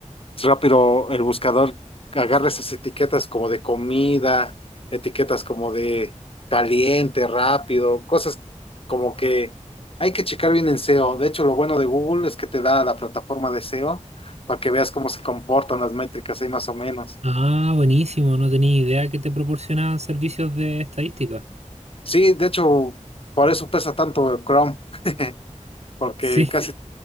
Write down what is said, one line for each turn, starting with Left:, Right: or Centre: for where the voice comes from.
Left: rápido el buscador agarra esas etiquetas como de comida, etiquetas como de caliente, rápido, cosas como que hay que checar bien en SEO. De hecho, lo bueno de Google es que te da la plataforma de SEO para que veas cómo se comportan las métricas ahí más o menos.
Right: Ah, buenísimo, no tenía idea que te proporcionaban servicios de estadística.
Left: Sí, de hecho, por eso pesa tanto el Chrome, <laughs> porque
Right: Sí,
Left: Sí. casi, sí,